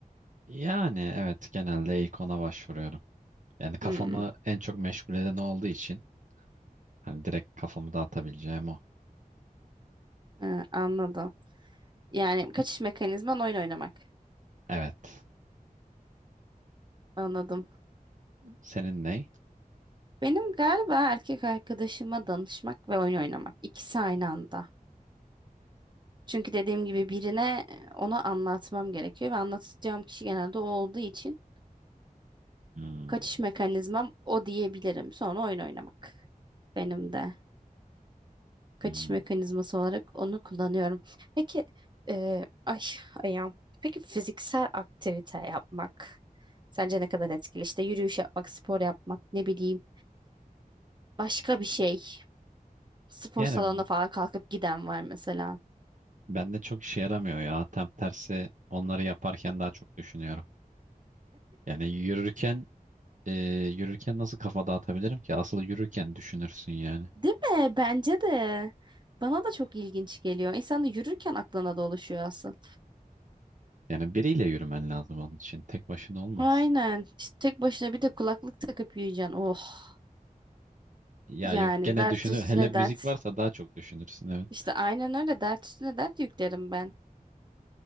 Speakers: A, on the right (about 60°); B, on the right (about 30°).
A: Yani evet genelde ilk ona başvuruyorum. Yani kafamı
B: Hmm,
A: en çok meşgul eden o olduğu için. Hani direkt kafamı dağıtabileceğim o.
B: ha, anladım. Yani kaçış mekanizman oyun oynamak.
A: Evet.
B: Anladım.
A: Senin ne?
B: Benim galiba erkek arkadaşıma danışmak ve oyun oynamak. İkisi aynı anda. Çünkü dediğim gibi birine e, onu anlatmam gerekiyor ve anlatacağım kişi genelde o olduğu için
A: Hmm,
B: kaçış mekanizmam o diyebilirim. Sonra oyun oynamak benim de kaçış
A: hmm.
B: mekanizması olarak onu kullanıyorum. Peki e, ay ayağım. Peki fiziksel aktivite yapmak sence ne kadar etkili? İşte yürüyüş yapmak, spor yapmak, ne bileyim başka bir şey. Spor
A: Yani
B: salonuna falan kalkıp giden var mesela.
A: bende çok işe yaramıyor ya. Tam tersi onları yaparken daha çok düşünüyorum. Yani yürürken e, yürürken nasıl kafa dağıtabilirim ki? Asıl yürürken düşünürsün yani.
B: Değil mi? Bence de. Bana da çok ilginç geliyor. İnsan da yürürken aklına dolaşıyor aslında.
A: Yani biriyle yürümen lazım onun için. Tek başına olmaz.
B: Aynen. İşte tek başına bir de kulaklık takıp yürüyeceksin. Oh.
A: Ya
B: Yani
A: yok gene
B: dert
A: düşünür.
B: üstüne
A: Hele müzik
B: dert.
A: varsa daha çok düşünürsün evet.
B: İşte aynen öyle dert üstüne dert yüklerim ben.